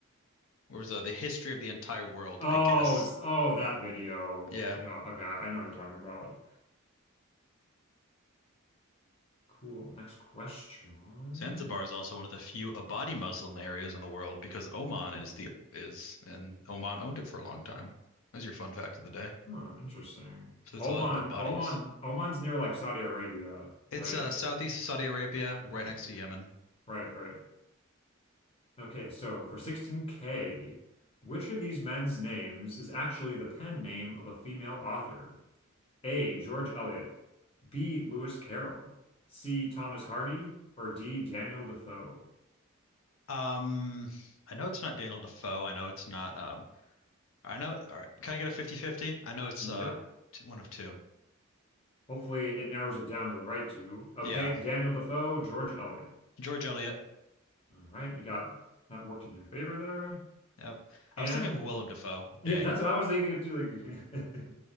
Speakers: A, on the left; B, on the left.
A: Where was uh, the history of the entire world,
B: Oh,
A: I guess.
B: it's oh that video.
A: Yeah.
B: Yeah, okay. I know what you're talking about. Cool. Next question.
A: Zanzibar is also one of the few Abadi Muslim areas in the world because Oman is the is and Oman owned it for a long time. That's your fun fact of the day.
B: Oh, interesting.
A: So there's
B: Oman,
A: a lot of Abadis.
B: Oman, Oman's near like Saudi Arabia,
A: It's
B: right?
A: uh, southeast of Saudi Arabia,
B: Okay.
A: right next to Yemen.
B: Right, right. Okay, so for 16K, which of these men's names is actually the pen name of a female author? A. George Eliot, B. Lewis Carroll, C. Thomas Hardy, or D. Daniel Defoe?
A: Um, I know it's not Daniel Defoe. I know it's not. Um, I know. All right, can I get a fifty-fifty? I know it's
B: Yep.
A: uh two, one of two.
B: Hopefully it narrows it down to the right two. Okay,
A: Yeah,
B: Daniel Defoe, George Eliot.
A: George Eliot.
B: All right, you got that worked in your favor there.
A: Yep. I
B: And
A: was thinking of Willem Dafoe. Dang.
B: Yeah, that's what I was thinking of too, like <laughs>